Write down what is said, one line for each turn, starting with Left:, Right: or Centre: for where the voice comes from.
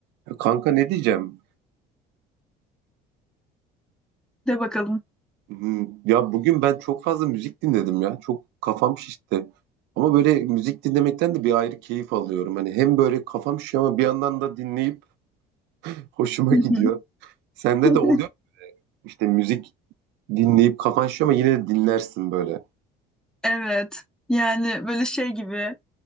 Right: Ya Kanka ne diyeceğim?
Centre: De bakalım.
Right: Hmm, Ya bugün ben çok fazla müzik dinledim ya. Çok kafam şişti. Ama böyle müzik dinlemekten de bir ayrı keyif alıyorum. Hani hem böyle kafam şişiyor ama bir yandan da dinleyip hoşuma
Centre: Hı
Right: gidiyor.
Centre: hı.
Right: Sende
Centre: <laughs>
Right: de oluyor mu? işte müzik dinleyip kafan şişiyor ama yine de dinlersin böyle.
Centre: Evet. Yani böyle şey gibi